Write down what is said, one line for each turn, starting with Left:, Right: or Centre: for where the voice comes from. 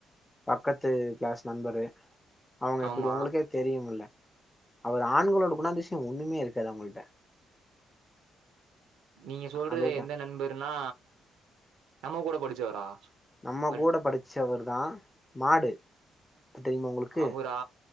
Left: பக்கத்து கிளாஸ் நண்பரு அவங்க எப்பிடி
Right: ஆமா.
Left: உங்களுக்கே தெரியும்ல அவர் ஆண்களோட குணாதிசயம் ஒண்ணுமே இருக்காது அவங்கிட்ட
Right: நீங்க சொல்றது
Left: அதுதான்
Right: எந்த நண்பர்னா நம்ம கூட படிச்சவரா
Left: நம்ம
Right: பள்ளி
Left: கூட படிச்சவரு தா மாடு தெரியுமா உங்களுக்கு
Right: அவுரா